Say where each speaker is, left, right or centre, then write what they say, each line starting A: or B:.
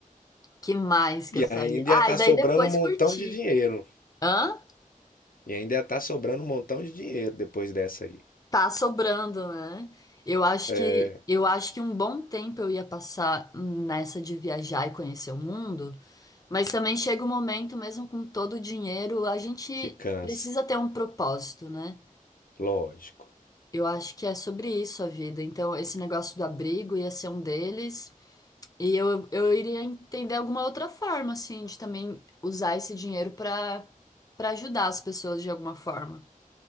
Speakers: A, on the left (about 25°); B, on the left (about 80°).
A: Que mais que
B: E
A: eu faria?
B: ainda
A: Ah,
B: ia tá
A: e daí
B: sobrando
A: depois
B: um montão
A: curtir.
B: de dinheiro.
A: Hã?
B: E ainda ia tá sobrando um montão de dinheiro depois dessa aí.
A: Tá sobrando, né? Eu acho
B: É,
A: que eu acho que um bom tempo eu ia passar nessa de viajar e conhecer o mundo, mas também chega um momento, mesmo com todo o dinheiro, a gente
B: que cansa,
A: precisa ter um propósito, né?
B: lógico.
A: Eu acho que é sobre isso a vida. Então, esse negócio do abrigo ia ser um deles, e eu, eu iria entender alguma outra forma, assim, de também usar esse dinheiro para para ajudar as pessoas de alguma forma.